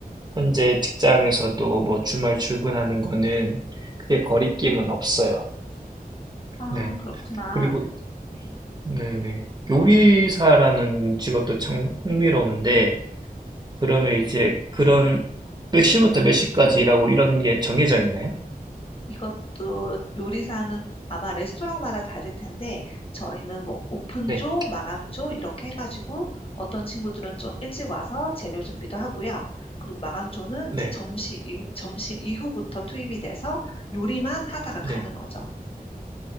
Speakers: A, on the right; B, on the left.
A: 현재 직장에서도 뭐 주말 출근하는 거는 그게 거리낌은 없어요.
B: 아,
A: 네.
B: 그렇구나.
A: 그리고, 네네. 요리사라는 직업도 참 흥미로운데 그러면 이제 그런 몇 시부터 몇 시까지 일하고 이런 게 정해져 있나요?
B: 이것도 요리사는 아마 레스토랑마다 다를 텐데, 저희는 뭐 오픈조,
A: 네.
B: 마감조 이렇게 해가지고 어떤 친구들은 좀 일찍 와서 재료 준비도 하고요. 그리고 마감조는
A: 네.
B: 이제 점심 이후, 점심 이후부터 투입이 돼서 요리만 하다가 가는
A: 네.
B: 거죠.